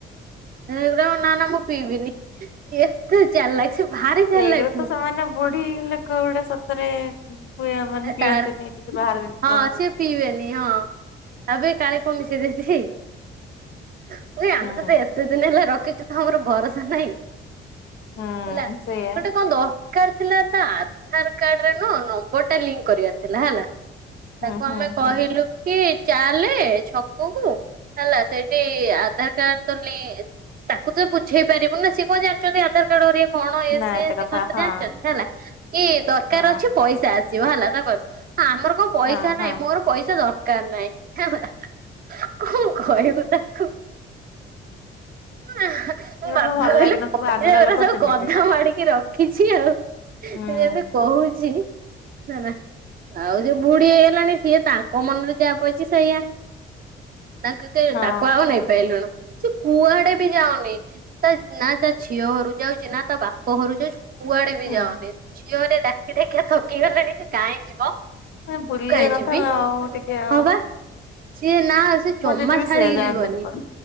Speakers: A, on the right; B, on the left.
A: ଏଉରା ନା ନା ମୁଁ ପିଇବିନି ଏତେ ଚାଲାଖ୍ ସେ! ଭାରି ଚାଲାକ୍
B: ଏକରେ ତ ସେମାନେ ବୁଢୀ ଲୋକ ଗୁଡା ସତରେ! <unintelligible> ମାନେ
A: ତାର
B: ପିଅନ୍ତୁନି କିଛି ବାହାର ଜିନିଷ!
A: ହଁ ସିଏ ପିଇବେନି ହଁ, ତାବେ କାଳେ କଣ ମିଶେଇ ଦେଇଥିବେ କି ନାଇ ଆମେ
B: ହୁଁ
A: ତତେ ଏତେ ଦିନି ହେଲା ରଖିଛୁ ତ ଆମର ଭରସା ନାହିଁ!
B: ହୁଁ
A: ହେଲା,
B: ସେଇଆ
A: ଗୋଟେ କଣ ଦ ରକାର ଥିଲା ତା ଆଧାର କାର୍ଡରେ ନୁହଁ, ନମ୍ବର ଟା ଲିଙ୍କ୍ କରିବାର ଥିଲା ହେଲା!
B: ହୁଁ
A: ତାକୁ ଆମେ
B: ହୁଁ
A: କହିଲୁ
B: ହୁଁ
A: କି ଚାଲେ ଛକ କୁ ହେଲା ସେଇଠି ଆଧାର କାର୍ଡ ତ ନେଇ ତାକୁ ତ ବୁଝେଇ ପାରିବୁ ନା ସେ ଆଉ କଣ ଜାଣିଛନ୍ତି ଆଧାର କାର୍ଡ ଘରିକା କଣ ଏ
B: ନା
A: ସେ ସେ
B: କଥା
A: କଣ ଏତେ
B: ହଁ
A: ଜାଣିଛନ୍ତି ହେଲା କି ଦରକାର
B: ହଁ
A: ଅଛି ପଇସା ଆସିବ ହେଲା, ତା କହିବୁ ଆମର କଣ ପଇସା
B: ହଁ ହଁ
A: ନାହିଁ ମୋର ପଇସା ଦରକାର ନାହିଁ ହେଲା, କଣ କହିବୁ! <unintelligible> ତାକୁ ନା! ମୋ
B: ଏଗୁଡା
A: ବାପା
B: ସବୁ ଭଲ
A: କହିଲେ
B: ଲାଗେନା ସବୁ
A: ପଇସା
B: ଆଗକା
A: ଗୁରା
B: ଲୋକ
A: ସବୁ
B: ସେମିତି
A: ଗଧ ମାଡିକି ରଖ! କିଛି ଆଉ ସେ
B: ହୁଁ
A: ଯେମିତି କହୁଛି! ହେ ନା ଆଉ ଯୋଉ ବୁଢୀ ହେଇ ଗଲାଣି ସିଏ ତାଙ୍କ ମନରେ ଯାହା ପଇଚି ସେଇଆ! ତାଙ୍କୁ କେ,
B: ହଁ
A: ତାକୁ ଆଉ ନେଇ ପାଇଲୁନି ସେ କୁଆଡେ ବି ଯାଉନି! ତା, ନା ତା ଝିଅ ଘରକୁ ଯାଉଛି ନା ତା ବାପ ଘରକୁ ଯାଉଛି କୁଆଡେ ବି
B: ହୁଁ
A: ଯାଉନି ଝିଅ ଘରିକା ଡାକି ଡାକି କା ଥକିଗଲେଣି ସେ କାଇଁ ଯିବ!
B: ବୁଲିବା
A: କାହିଁ
B: କଥା
A: ଯିବି
B: ନା ଆଉ ଟିକେ ଆଉ!
A: ହଁ ବା ସିଏ ନା, ସେ
B: ମୋ
A: ଚମା
B: ଜେଜେ ବି
A: ଛାଡିକି
B: ସେୟା ଯାଆନ୍ତିନି
A: ଯିବନି!
B: କୁଆଡେ